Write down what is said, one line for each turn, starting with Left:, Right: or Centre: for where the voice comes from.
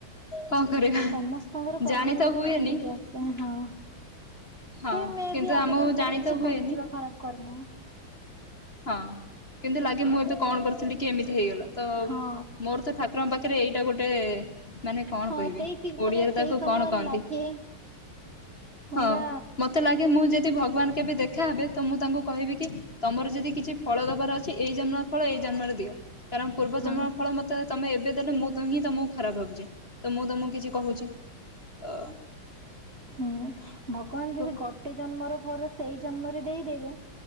Left: କଣ କରିବା
Right: ସମସ୍ତଙ୍କର କର୍ମର
Left: ଜାଣି ତ
Right: ବେଳ
Left: ହୁଏନି
Right: ଘୁରିକି ଆସେ ହଁ।
Left: ହଁ
Right: ସେ ମେ
Left: କିନ୍ତୁ
Right: ବି ଆଗ
Left: ଆମକୁ
Right: ଜନ୍ମରେ
Left: ଜାଣି
Right: କିଛି
Left: ତ ହୁଏନି
Right: କରିଥିବ ଖରାପ କର୍ମ।
Left: ହଁ କିନ୍ତୁ ଲାଗେ ମୁଁ ଏତ କଣ କରିଥିଲି କି ଏମିତି ହେଇଗଲା ତ
Right: ହଁ
Left: ମୋର ତ ଠାକୁ ରଙ୍କ ପାଖରେ ଏଇଟା ଗୋଟେ ମାନେ କଣ
Right: ହଁ
Left: କହିବି
Right: ସେଇ ସି
Left: ଓଡିଆରେ
Right: ମାନେ ସେଇ
Left: ତାକୁ
Right: ସମୟରେ
Left: କଣ କହନ୍ତି।
Right: ଲାଗେ ପୁରା
Left: ହଁ ମତେ ଲାଗେ ମୁଁ ଯଦି ଭଗବାନ କେବେ ଦେଖାହେବେ ତ ମୁଁ ତାଙ୍କୁ କହିବି କି ତମର ଯଦି କିଛି ଫଳ ଦବାର ଅଛି ଏଇ ଜନ୍ମର ଫଳ ଏଇ ଜନ୍ମରେ ଦିଅ କାରଣ ପୂର୍ବ
Right: ହଁ
Left: ଜନ୍ମର ଫଳ ମତେ ତମେ ଏ ବେ ଦେଲେ ମୁଁ ତ ହିଁ ତମକୁ ଖରାପ ଭାବୁଚି, ତ ମୁଁ ତମକୁ କିଛି କହୁଚି ତ
Right: ହୁଁ ଭଗବାନ
Left: କୁହ
Right: ଯଦି ଗୋଟେ ଜନ୍ମର ଘର ସେଇ ଜନ୍ମରେ ଦେଇଦେବେ